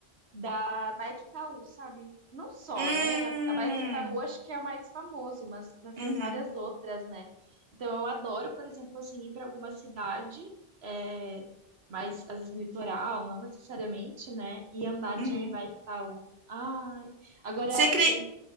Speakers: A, on the right; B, on the right.
A: da Bike Itaú, sabe? Não só,
B: Hum,
A: né? A Bike Itaú acho que é o mais famoso, mas, mas tem
B: uhum,
A: várias outras, né? Então eu adoro, por exemplo, assim, ir para alguma cidade, é, mais às vezes litoral, não necessariamente, né? E andar
B: uhum.
A: de Bike Itaú. Ai, agora
B: Você cri...
A: e